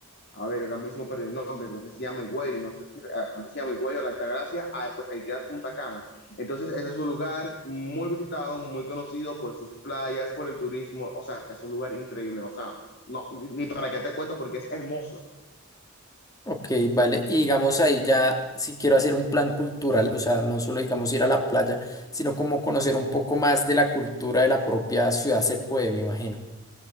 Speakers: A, on the left (about 50°); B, on the left (about 15°).
A: a ver, ahora mismo perdí el nombre, creo que se llama Higüey, no sé si, ah, creo que se llama Higüey o La Altagracia, ah, pues ahí queda Punta Cana. Entonces, ese es un lugar muy visitado, muy conocido por sus playas, por el turismo, o sea, es un lugar increíble, o sea, no, ni para qué te cuento porque es hermoso.
B: ok, vale. Y digamos ahí ya, si quiero hacer un plan cultural, o sea, no solo digamos ir a la playa, sino como conocer un poco más de la cultura de la propia ciudad, se puede, me imagino.